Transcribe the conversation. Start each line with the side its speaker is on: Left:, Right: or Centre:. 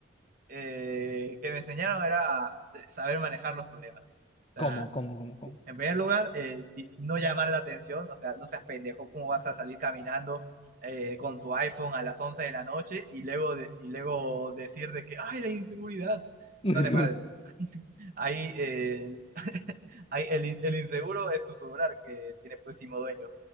Right: eh, que me enseñaron era a saber manejar los problemas. O sea,
Left: ¿cómo, cómo, cómo, cómo?
Right: En primer lugar, eh, di- no llamar la atención, o sea, no seas pendejo, ¿cómo vas a salir caminando eh, con tu iPhone a las 11 de la noche y luego, de- y luego decir de que, ay, la inseguridad?
Left: <laughs>
Right: No te pases. Ahí, eh, <laughs> ahí el, in- el inseguro es tu celular que tiene próximo dueño.